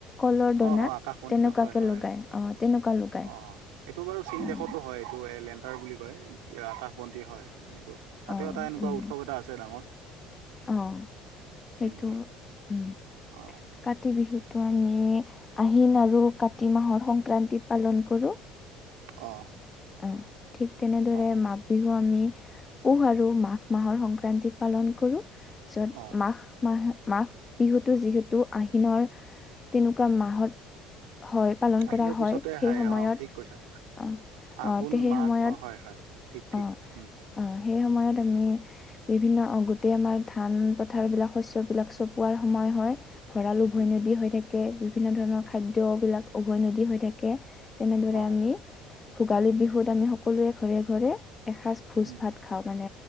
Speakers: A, on the left (about 25°); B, on the right (about 85°).
A: কলৰ দনাত
B: অ অ আকাশ বন্তিটো
A: তেনেকুৱাকে
B: হয় হয়
A: লগায়। অ', তেনেকুৱা লুকায়
B: অ
A: অ'।
B: এইটো বাৰু চীন দেশতো হয়, এইটো এ লেণ্টাৰ বুলি কয় আকাশ বন্তি হয়, সেইটো তাতেও
A: অ',
B: এটা এনেকুৱা
A: উম,
B: উৎসৱ এটা আছে ডাঙৰ।
A: অ', সেইটো
B: হুম হুম
A: উম।
B: অ
A: কাতি বিহুটো আমি আহিন আৰু কাতি মাহৰ সংক্ৰান্তিত পালন কৰোঁ।
B: অ'।
A: অ', ঠিক তেনেদৰে
B: অ
A: মাঘ বিহু আমি পুহ আৰু মাঘ মাহৰ সংক্ৰান্তিত পালন কৰোঁ পিছত
B: অ
A: মাঘ মাহ মাঘ বিহুটো যিহেতু আহিনৰ তেনেকুৱা মাহত হয়। পালন
B: আহিনৰ
A: কৰা
B: পিছতে
A: হয়
B: আহাই
A: সেই সময়ত
B: অ', ঠিক কৈছা।
A: অ', অ',
B: আঘোণ,
A: সেই
B: মাঘ
A: সময়ত
B: অ', হয়, হয় ঠিক, ঠিক।
A: অ',
B: উম
A: অ', সেই সময়ত আমি বিভিন্ন অ', আমাৰ ধান পথাৰবিলাক শস্যবিলাক চপোৱাৰ সময় হয়। ভঁৰাল উভৈনদী
B: উম
A: হৈ থাকে বিভিন্ন ধৰণৰ খাদ্যবিলাক উভৈনদী হৈ থাকে। তেনেদৰে
B: অ
A: আমি ভোগালী বিহুত আমি সকলোৱে ঘৰে ঘৰে এসাজ ভোজ
B: উম
A: ভাত খাওঁ, মানে